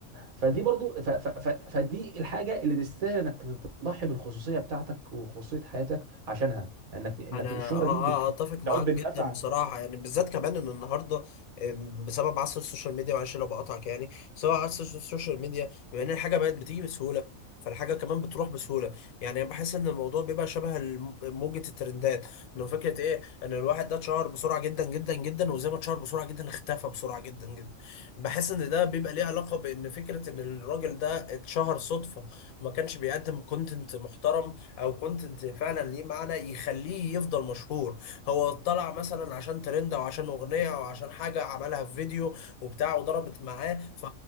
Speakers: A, on the right (about 80°); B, on the left (about 80°).
A: فدي برضو ف... ف... ف... فدي الحاجه اللي تستاهل انك تضحي بالخصوصيه بتاعتك وخصوصيه حياتك عشانها انك انك
B: انا
A: الشهره
B: اه
A: دي بت...
B: اه اتفق
A: بتعود
B: معاك
A: بالنفع
B: جدا بصراحه يعني بالذات كمان ان النهارده آم، بسبب عصر السوشيال ميديا معلش لو بقاطعك يعني بسبب عصر السوشيال ميديا بما ان الحاجه بقت بتيجي بسهوله فالحاجه كمان بتروح بسهوله يعني بحس ان الموضوع بيبقى شبه الم- موجه الترندات لو فكره ايه ان الواحد ده اتشهر بسرعه جدا جدا جدا وزي ما اتشهر بسرعه جدا اختفى بسرعه جدا جدا بحس ان ده بيبقى ليه علاقه بان فكره ان الراجل ده اتشهر صدفه ما كانش بيقدم كونتنت محترم او كونتنت فعلا ليه معنى يخليه يفضل مشهور هو طلع مثلا عشان ترند او عشان اغنيه او عشان حاجه عملها في فيديو وبتاع وضربت معاه ف...